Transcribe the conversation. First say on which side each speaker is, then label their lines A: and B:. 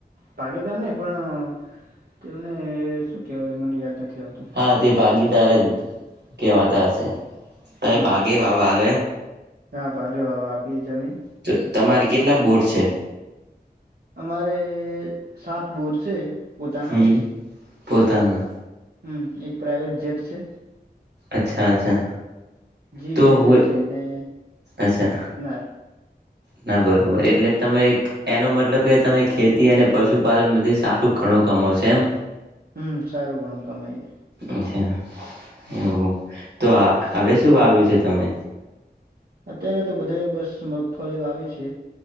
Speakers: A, on the right (about 65°); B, on the right (about 85°).
A: ભાગીદાર નઈ પણ તેમને શું કેહેવાય મને યાદ નથી આવતું
B: હા તે ભાગીદાર જ કેવાતા હશે
A: હા
B: ભાગે વાવવા આલો એમ
A: હા ભાગે વાવવા આપીએ જમીન
B: તો તમારે કેટલા બોર છે
A: અમારે સાત બોર છે પોતાના
B: હમ
A: જ
B: પોતાના
A: હમ એક પ્રઇવેટ જેટ છે
B: અચ્છા અચ્છા
A: જી
B: તો
A: વેગન
B: હોય
A: છે ને
B: અચ્છા
A: <unintelligible>
B: ના બરોબર એટલે તમે એનો મતલબ કે તમે ખેતી અને પશુપાલન થી સારું ઘણું કમવો છો એમ
A: હમ સારું ઘણું કમાયએ
B: અરછા એવુ તો હવે શું વાવ્યું છે તમે
A: અત્યારે તો બધે બસ મગફળી વાવી છે